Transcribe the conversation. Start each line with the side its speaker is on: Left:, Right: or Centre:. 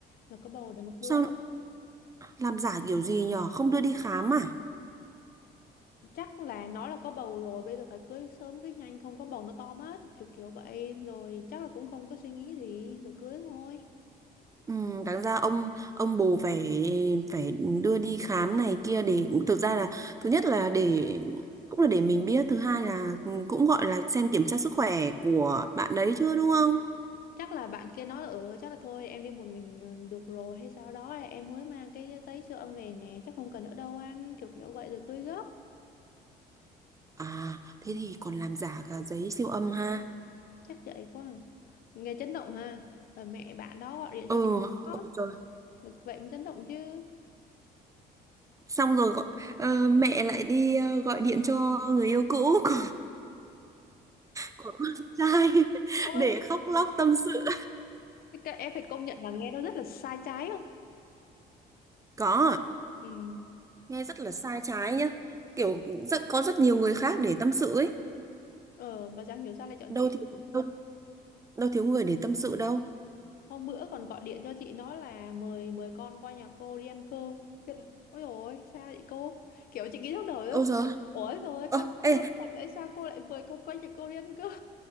Left: là có bầu để mà cưới
Right: Sao Làm giả kiểu gì nhở? Không đưa đi khám à?
Left: chắc là nó là có bầu rồi bây giờ phải cưới sớm cưới nhanh không có bầu nó to mất kiểu kiểu vậy rồi chắc là cũng không có suy nghĩ gì rồi cưới thôi
Right: Ừ, đáng ra ông ông bố phải phải đưa đi khám này kia để thực ra là thứ nhất là để cũng là để mình biết, thứ hai là cũng gọi là xem kiểm tra sức khỏe của bạn đấy chưa đúng không?
Left: chắc là bạn kia nói ở chắc là thôi em đi một mình ờ, được rồi hay sao đó em mới mang cái giấy siêu âm về nè chắc không cần nữa đâu anh kiểu kiểu vậy rồi cưới gấp
Right: À, thế
Left: Ừ.
Right: thì còn làm giả cả giấy siêu âm ha.
Left: chắc vậy quá à. nghe chấn động ha rồi mẹ bạn đó gọi điện cho
Right: Ừ,
Left: chị khóc
Right: ôi trời.
Left: được vậy mới chấn động chứ
Right: Xong rồi gọi, ờ, mẹ lại đi ờ, gọi điện cho người yêu cũ của, của con trai <laughs>
Left: Ôi,
Right: để khóc lóc tâm sự.
Left: Thế Các em phải công nhận là nghe nó rất là sai trái không?
Right: Có
Left: Ừ.
Right: nghe rất là sai trái nhá kiểu rất có rất nhiều người khác để tâm sự ấy
Left: Ờ, mà chẳng hiểu sao lại chọn
Right: đâu
Left: chị.
Right: thiếu đâu, đâu thiếu người để tâm sự đâu
Left: Hôm bữa còn gọi điện cho chị nói là mời mời con qua nhà cô đi ăn cơm. Thế là ôi dồi ôi sao vậy cô? Kiểu chị nghĩ trong đời
Right: ôi
Left: á.
Right: giời
Left: Ôi rồi con
Right: ơ
Left: cũng
Right: ê
Left: lớn mà tại sao cô lại mời con qua nhà cô đi ăn cơm?